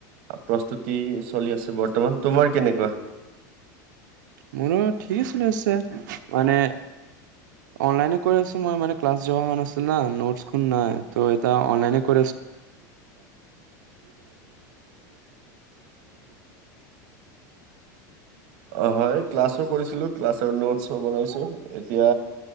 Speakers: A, on the right; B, on the right.
A: প্ৰস্তুতি চলি আছে বৰ্তমান তোমাৰ কেনেকুৱা
B: মোৰঠিক মানে অনলাইন না, নাই লৈ নেউ
A: অ হয় ক্লাছো কৰিছিলো ক্লাছৰ নোটছো বনাইছো এতিয়া